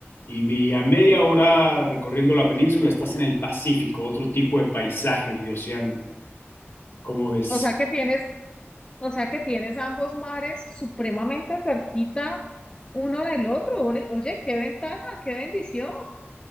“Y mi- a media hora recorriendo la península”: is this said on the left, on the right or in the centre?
Left